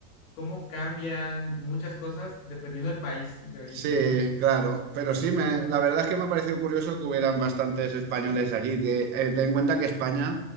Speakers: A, on the left; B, on the right.
A: cómo cambian muchas cosas dependiendo del país de origen,
B: Sí,
A: ¿no?
B: claro, pero sí, me, la verdad es que me ha parecido curioso que hubieran bastantes españoles allí. Te- eh, ten en cuenta que España,